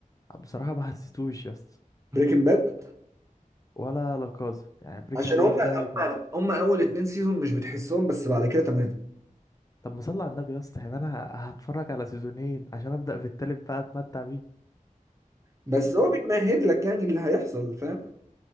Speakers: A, on the left; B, on the right.
A: بصراحة ما حسيتوش يا اسطى
B: بريكنج باد
A: ولا لاكازا يعني بريكنج
B: عشان هم
A: باد ده كنت
B: هم هم اول اتنين سيزون مش بتحسهم بس بعد كده تمام
A: طب ما صلي على النبي يا اسطى يعني انا هتفرج على سيزونين عشان ابدأ في التالت بقى اتمتع بيه
B: بس هو بيمهد لك يعني اللي هيحصل فاهم